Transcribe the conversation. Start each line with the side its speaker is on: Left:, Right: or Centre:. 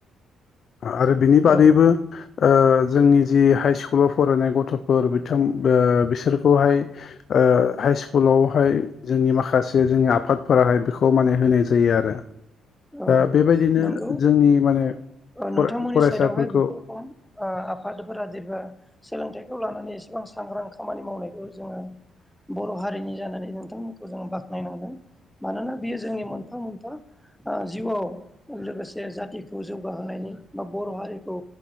Left: आरो बिनि बादैबो
Centre: औ
Left: ओ जोंनि जि हाइ स्कुलाव फरायनाय गथ'फोर बिथां बिसोरखौहाय हाइ स्कुलावहाय जोंनि माखासे जोंनि आफादफोराहाय बेखौ माने होनाय जायो आरो।
Centre: औ
Left: दा बेबायदिनो
Centre: नंगौ
Left: जोंनि माने
Centre: नोंथांमोननि
Left: फरायसाफोरखौ
Centre: साइडआवहाय बेफोर रोखम ओ आ फादफोरा जेनबा सोलोंथाइखौ लानानै एसेबां सांग्रां खामानि मावनायखौ जोङो बर' हारिनि जानानै नोंथांमोनखौ जोङो बाख्नायनांगोन मानोना बियो जोंनि मोनफा मोनफा ओ जिउआव लोगोसे जाथिखौ जौ गाहायनि बा बर' हारिखौ